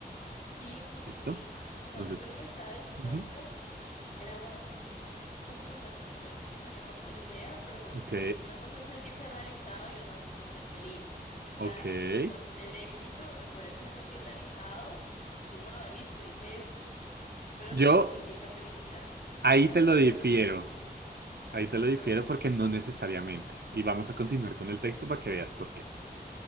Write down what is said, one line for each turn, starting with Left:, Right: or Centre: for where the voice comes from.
Left: Sí, un poco
Right: ¿Listo?
Left: sí. O sea,
Right: Entonces,
Left: yo lo que estaba diciendo
Right: ujú,
Left: ahorita era, bueno, es que como que se me, se me cortó la idea, pero
Right: ok,
Left: a ver, una cosa es sentirse realizado y otra cosa es ser feliz. O
Right: ok.
Left: sea, con el éxito te puede hacer sentir realizado, decir, bueno, listo, hice esto, pero
Right: Yo
Left: no significa felicidad.
Right: ahí
Left: O sea,
Right: te
Left: no,
Right: lo difiero.
Left: no es lo mismo.
Right: Ahí te lo difiero
Left: Para
Right: porque no necesariamente. Y vamos a continuar con el texto para que veas por qué.